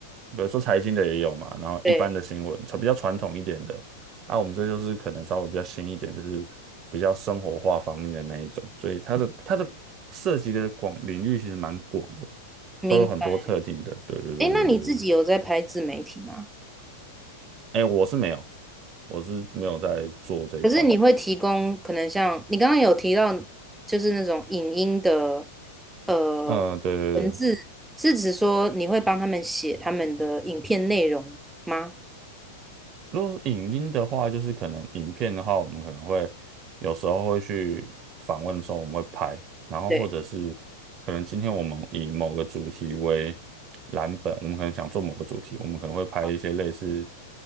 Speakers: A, on the right; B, in the centre.
A: 比如说财经的也有嘛，然后一般的新闻，
B: 对，
A: 比较传统一点的。啊，我们这就是可能稍微比较新一点，就是比较生活化方面的那一种，所以它的它的涉及的广领域其实蛮广的，
B: 明白。
A: 都有很多特定的。对对对对对，
B: 哎，那你自己有在拍自媒体吗？
A: 哎，我是没有，我是没有在做这一块。
B: 可是你会提供可能像你刚刚有提到，就是那种影音的呃
A: 嗯，对对对，
B: 文字，是指说你会帮他们写他们的影片内容吗？
A: 如果是影音的话，就是可能影片的话，我们可能会有时候会去访问的时候，我们会拍，然后或者是
B: 对。
A: 可能今天我们以某个主题为蓝本，我们可能想做某个主题，我们可能会拍一些类似
B: 哦